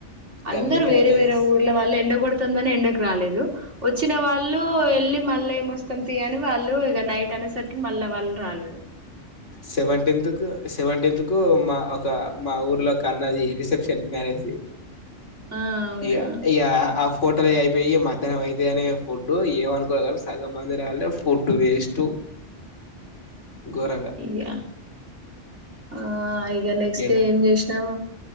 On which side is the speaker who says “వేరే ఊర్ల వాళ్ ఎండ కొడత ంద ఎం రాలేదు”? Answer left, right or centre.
Right